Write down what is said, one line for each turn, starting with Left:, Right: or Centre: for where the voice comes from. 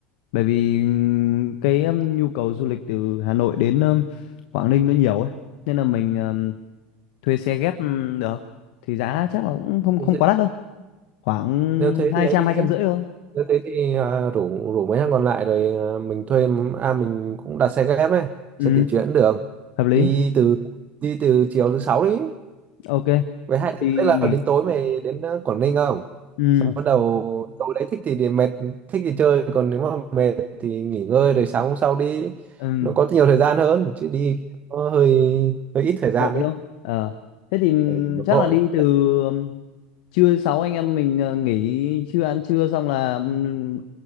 Left: bởi vì ừm, cái ừm, nhu cầu du lịch từ Hà Nội đến ừm, Quảng Ninh nó nhiều ấy nên là mình ừm, thuê xe ghép ừm, được thì giá chắc là cũng không
Right: Đi
Left: không
Right: xe-
Left: quá đắt đâu khoảng
Right: nếu thế
Left: hai
Right: thì ấy
Left: trăm
Right: đi
Left: hai trăm rưỡi thôi
Right: Thế thế thì à, rủ rủ mấy thằng còn lại rồi à, mình thuê à mình cũng đặt xe ghép ấy,
Left: ừ,
Right: xe tiện chuyến được.
Left: hợp lý
Right: Đi từ đi từ chiều thứ sáu đi.
Left: ok
Right: Với hai đứa
Left: thì
Right: đấy là
Left: nghỉ
Right: đến tối mày đến à, Quảng Ninh không?
Left: ừ,
Right: Xong bắt đầu tối đấy thích thì, thì mệt, thích thì chơi, còn nếu mà mệt thì nghỉ ngơi rồi sáng hôm sau đi.
Left: ừm,
Right: Nó có nhiều thời gian hơn, chứ đi nó hơi hơi ít thời gian
Left: vội
Right: đấy.
Left: đâu Ờ, thế thì ừm,
Right: Ừ, Nó
Left: chắc
Right: vội.
Left: là đi từ ừm, trưa sáu anh em mình ờ, nghỉ trưa ăn trưa xong là ừm,